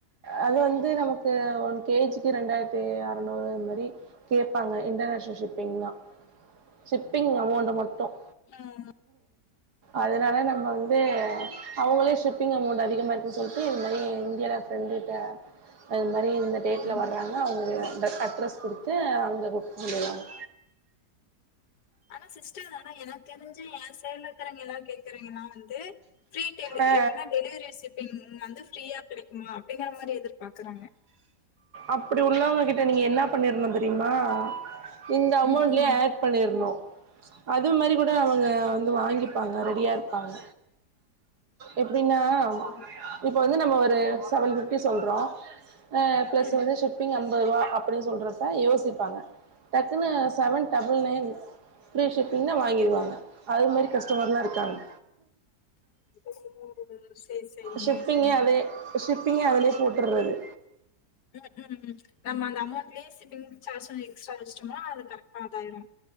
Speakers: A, on the right; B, on the left.
A: அது வந்து நமக்கு ஒன் கேஜிக்கு ரெண்டாயிரத்து அறநூறு அந்தமாரி கேப்பாங்க இன்டர்நேஷனல் ஷிப்பிங்னா ஷிப்பிங் அமௌண்டு மட்டும்
B: ம், ம்,
A: அதனால நம்ம வந் து அவுங்களே ஷிப்பிங் அமௌண்ட் அதிகமா இருக்குன் சொல்ட்டு இந்தமாரி இந்தியால ஃப்ரெண்டு கிட்ட அதுமாரி இந்த டேட்ல
B: ம்,
A: வர்றாங்க அவுங்க இந்த அட்ரஸ் குடுத்து அங்க புக் பண்ணிருவாங்க
B: ஆ சிஸ்டர் ஆனா எனக்கு தெரிஞ்சி என் சைட்ல இருக்குற எல்லா கேக்குறாங்களா வந்து ஃப்ரீ டெலிவரி
A: ஆ
B: எப்டினா டெலிவரி சிப்பிங் வந்து ஃப்ரீயா கெடைக்குமா அப்டிங்கிற மாரி எதிர்பாக்குறாங்க
A: அப்டி உள்ளவங்க கிட்ட நீங்க என்ன பண்ணிருக்கணும் தெரியுமா இந்த அமௌண்ட்லயே
B: ம், ம்.
A: அட் பண்ணியிருக்கனும் அது மாரி கூட அவங்க வந்து வாங்கிப்பாங்க ரெடியா இருப்பாங்க எப்டின்னா
B: ஓ!
A: இப்போ வந்து நம்ம ஒரு செவன் ரூபீஸ் சொல்றோ அ பிளஸ்
B: ம்.
A: வந்து ஷிப்பிங் அந் அம்பதுரூவா அப்டின் சொல்றப்ப யோசிப்பாங்க டக்குன்னு செவன் டபுள் நையன் ஃப்ரீ ஷிப்பிங்னா வாங்கிருவாங்க அது மாரி கஷ்டமர்லா இருக்காங்க
B: ஓ! சரி, சரிங்க.
A: ஷிப்பிங்கே அதே ஷிப்பிங்க அதுலே போட்டுறது
B: ம் ம் ம் நம்ம அந்த அமௌண்ட்லே ஷிப்பிங் சார்ஜ் எக்ஸ்ட்ரா வெச்டோம்னா அது கரெக்டா அதாயிரு